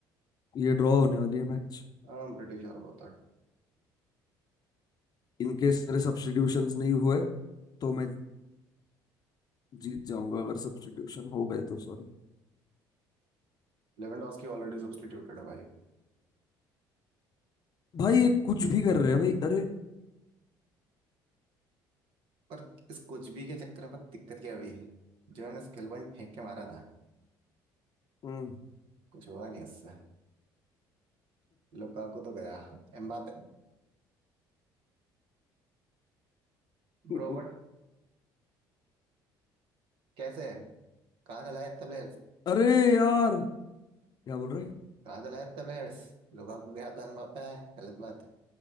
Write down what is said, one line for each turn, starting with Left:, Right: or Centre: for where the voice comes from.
Left: ये ड्रॉ होने वाली है मैच
Right: हाँ ब्रिटिश और बहुत था
Left: इन केस मेरे सब्स्टिट्यूशंस नहीं हुए तो मैं जीत जाऊंगा अगर सब्स्टिट्यूशन हो गए तो सॉरी
Right: लेवेंडोस्की ऑलरेडी सब्स्टिट्यूटेड है भाई
Left: भाई ये कुछ भी कर रहे हैं भाई अरे
Right: पर इस कुछ भी के चक्कर में पता दिक्कत क्या हुई जो मैंने स्किल पॉइंट फेंक के मारा था
Left: हम्म।
Right: कुछ हुआ नहीं उससे लुकाकू तो गया एम्बापे
Left: <laughs>
Right: ब्रो बट कैसे कहाँ चला है इतना प्लेयर,
Left: अरे यार क्या बोल रहे
Right: قاعدة لعيبة الحارس لو भाग गया तो एम्बाप्पे है गलत बात है